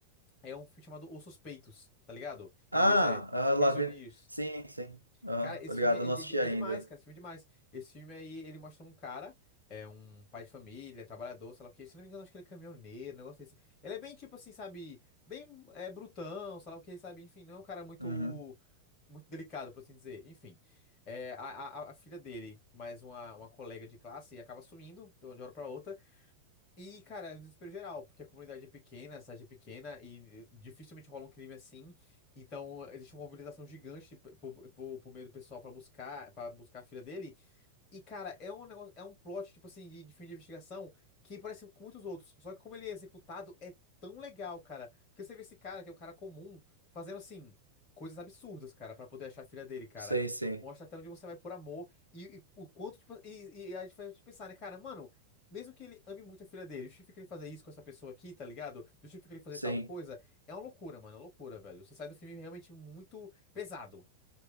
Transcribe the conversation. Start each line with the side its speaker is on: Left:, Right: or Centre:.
Left: É um filme chamado Os Suspeitos, tá ligado? Em
Right: Ah,
Left: inglês é
Right: a Lavigne.
Left: Prisoners.
Right: Sim, sim. Aham,
Left: Cara, esse
Right: tô ligado,
Left: filme é,
Right: eu não
Left: de-
Right: assisti ainda.
Left: é demais, cara. Esse filme é demais. Esse filme aí, ele mostra um cara, é um pai de família, trabalhador, sei lá o quê. Se eu não me engano, acho que ele é caminhoneiro, um negócio desse. Ele é bem, tipo assim, sabe? Bem é, brutão, sei lá o quê, sabe? Enfim, não é um cara muito,
Right: Uhum.
Left: muito delicado, por assim dizer. Enfim, é, a, a, a filha dele, mais uma, uma colega de classe, acaba sumindo de uma de uma hora pra outra. E, cara, é um desespero geral, porque a comunidade é pequena, a cidade é pequena e eh, dificilmente rola um crime assim. Então, existe uma mobilização gigante tipo, por, por, por meio do pessoal pra buscar, para buscar a filha dele. E, cara, é um negócio, é um plot, tipo assim, de, de filme de investigação que parece com muitos outros. Só que como ele é executado, é tão legal, cara. Porque você vê esse cara, que é um cara comum, fazendo assim, coisas absurdas, cara, pra poder achar a filha dele, cara.
Right: Sim, sim,
Left: Mostra até onde você vai por amor e, e o quanto, tipo, e, e a gente faz a gente pensar, né, cara, mano. Mesmo que ele ame muito a filha dele, justifica ele fazer isso com essa pessoa aqui, tá ligado? Justifica ele fazer
Right: sim.
Left: tal coisa. É uma loucura, mano, é uma loucura, velho. Você sai do filme realmente muito pesado.